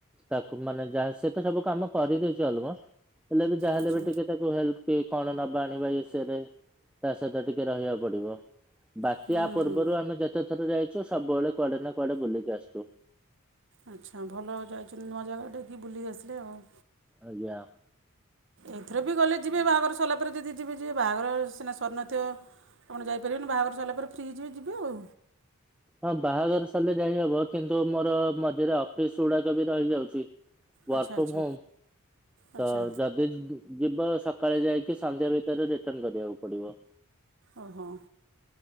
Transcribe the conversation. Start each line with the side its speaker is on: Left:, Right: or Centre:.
Centre: ତାକୁ ମାନେ ଯାହା ସେ ତ ସବୁ କାମ କରିଦେଇଚି ଅଲମୋଷ୍ଟ। ହେଲେ ବି ଯାହା ହେଲେ
Right: ଆଚ୍ଛା
Centre: ବି ଟିକେ ତା ହେଲ୍ପ କି କଣ ନବା ଆଣିବା ଇଏ ସିଏ ରେ ତା ସହିତ ଟିକେ ରହିବାକୁ ପଡିବ। ବାକି
Right: ହୁଁ
Centre: ଆ ପୂର୍ବରୁ ଆମେ ଯେତେ ଥର ଯାଇଚୁ, ସବୁବେଳେ କୁଆଡେ ନା କୁଆଡେ ବୁଲିକି ଆସିଚୁ।
Right: ଆଚ୍ଛା ଭଲ ଯାଇଚନ୍ତି ନୂଆ ଜାଗାଟେକି ବୁଲିକି ଆସିଲେ ଆଉ।
Centre: ଆଜ୍ଞା।
Right: ଏଥିର ବି ଗଲେ ଯିବେ ବାହାଘର ସରିଲା ପରେ ଯଦି ଯିବେ ଯିବେ। ବାହାଘର ସିନା ସରିନଥିବ ଆପଣ ଯାଇପାରିବେନି। ବାହାଘର ସରିଲା ପରେ ଫ୍ରି ହେଇଯିବେ ଯିବେ ଆଉ।
Centre: ହଁ ବାହାଘର ସରିଲେ ଯାଇହବ। କିନ୍ତୁ ମୋର ମଝିରେ ଅଫିସ ଗୁଡାକ ବି ରହିଯାଉଚି। ୱାର୍କ
Right: ଆଚ୍ଛା ଆଚ୍ଛା
Centre: ଫ୍ରମ ହମ।
Right: ଆଚ୍ଛା
Centre: ତ ଯଦି ଯିବ ସକାଳେ ଯାଇକି ସନ୍ଧ୍ୟା ଭିତରେ ରିଟର୍ଣ କରିବାକୁ ପଡିବ।
Right: ଓହୋ।